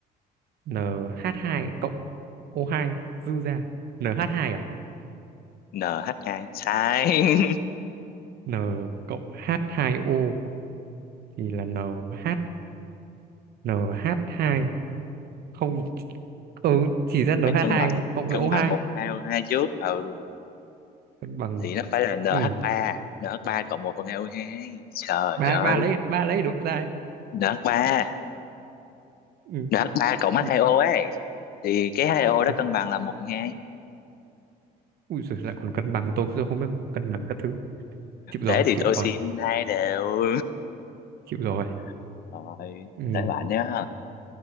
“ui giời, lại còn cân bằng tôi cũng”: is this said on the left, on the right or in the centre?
Right